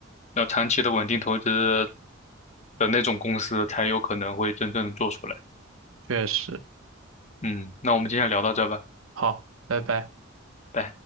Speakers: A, on the left (about 35°); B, on the right (about 80°).
A: 要长期的稳定投资的那种公司才有可能会真正的做出来。
B: 确实。
A: 嗯，那我们今天聊到这吧。
B: 好，拜拜。
A: 对，